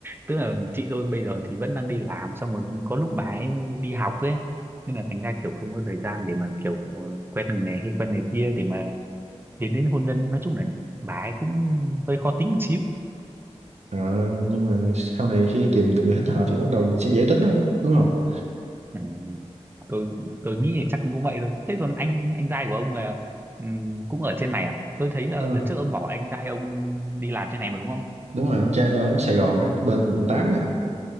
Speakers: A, on the right; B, on the right.
A: tức là chị tôi bây giờ thì vẫn đang đi làm xong rồi có lúc bà ấy đi học ấy nên là thành ra kiểu không có thời gian để mà kiểu ờ, quen người này hay quen người kia để mà đến đến hôn nhân nói chung là bà ấy cũng hơi khó tính một xíu
B: À, nhưng mà sau này khi tìm được người thích hợp thì bắt đầu sẽ dễ tính thôi, đúng không?
A: ừ. tôi tôi nghĩ là chắc cũng vậy thôi thế còn anh anh trai của ông là ừm, cũng ở trên này à tôi thấy là
B: Đúng
A: lần
B: rồi,
A: trước ông bảo anh trai ông đi làm trên này mà đúng không
B: đúng rồi anh trai tôi ở Sài Gòn á, bên quận 8 nè.